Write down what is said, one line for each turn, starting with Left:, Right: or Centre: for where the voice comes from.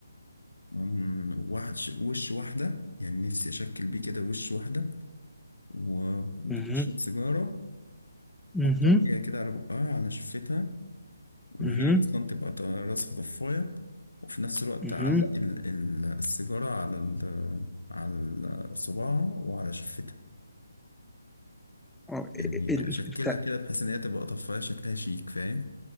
Left: مم، وحش وش واحدة يعني نفسي أشكل بيه كده وش واحدة وبتشرب
Centre: مهم.
Left: سيجارة
Centre: اها
Left: حط ايديها كده على بقها على شفتها وهي
Centre: اها
Left: اصلا تبقى ط- راسها ضفايه وفي نفس الوقت
Centre: اها
Left: تعلق ال- ال- السيجاره على ال- على صباعها وعلى شفتها
Centre: اه
Left: يعني
Centre: ال-
Left: اشكلها
Centre: انت
Left: كده بحيث ان هي تبقى طفايه شكلها شيك فاهم